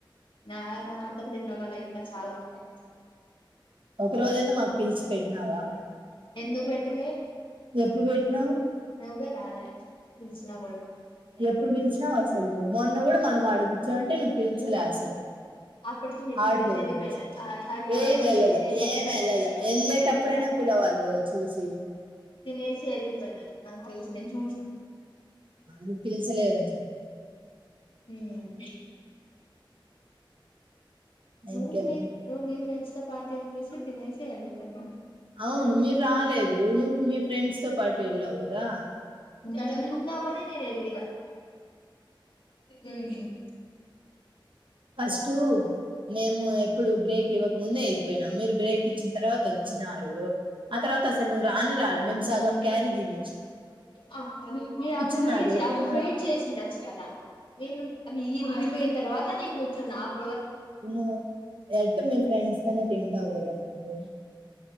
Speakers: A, on the left (about 75°); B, on the right (about 75°).
A: <unintelligible> ఇంకా చాలా బావుంది
B: ఒక రోజు అన్న మాకు పిలిచి పెట్టినావా
A: ఎందుకు పెట్టాలె
B: ఎప్పుడు పెట్టినావు
A: నువ్వే రాలె లే పిలిసిన కూడా
B: ఎప్పుడు పిలిచినావు అసలు మొన్న కూడా మనం ఆడ కూర్చోనుంటే నువ్వు పిలిచలే అసలు
A: అప్పటికి మీరు
B: ఆడ్
A: తినేసి
B: దెగర
A: వెళ్ళిపోయినారు
B: కుర్చో
A: ఆల్రెడీ
B: ఎం వెళ్ళలే
A: మీరు తినేసి వెళ్ళిపోయినారు
B: ఏం వెళ్ళలే వెళ్ళేటపుడు అయినా పిలవ వాళ్ళు వేరే చూసి
A: తినేసి వెళ్లిపోయినారు నాకు తెలుసు నేను చూసిన
B: నువ్వు పిలిచలేదని చెప్పు
A: ఉమ్ ను
B: ఇంకేం
A: మీర్ ను మీర్ ఫ్రెండ్సతో పార్టీ ఉండేసి తిన్నేసి వెళ్ళి పోయినం
B: అవును మీరు రాలేదు నువ్వు మీ ఫ్రెండ్స్ తో పాటు ఎళ్ళావు గదా
A: నేను ఉందామని నేన్నేళ్లిన మ్
B: ఫస్టు మేము ఎప్పుడు బ్రేక్ ఇవ్వకముందే ఎళ్ళిపోయిన నం మీరు బ్రేక్ ఇచ్చిన తర్వాత ఒచ్చినారు ఆ తర్వాత అసలు నువ్వు రానే రాలె మేము సగం క్యారీ తినె
A: అ మి మీ
B: కూర్చున్నారు
A: అప్పుడు వెయిట్ చెయ్
B: తిన
A: అప్పుడు వెయిట్ చేసుండొచ్చు కదా? నేను మీరు ఎళ్ళిపోయిన తర్వాత నేను కూర్చున్న అప్
B: ఇను ఐతె మీ ఫ్రెండ్స్ తొనే తింటావ్ గదా నువ్వు